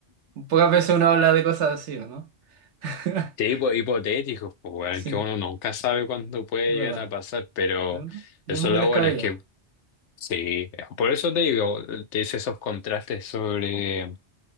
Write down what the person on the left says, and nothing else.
Sí, pues, hipotéticos, pues, weón,
que
uno nunca sabe cuándo puede
llegar a pasar, pero
eso
es lo
bueno, es que sí, por eso te digo, te hice esos contrastes sobre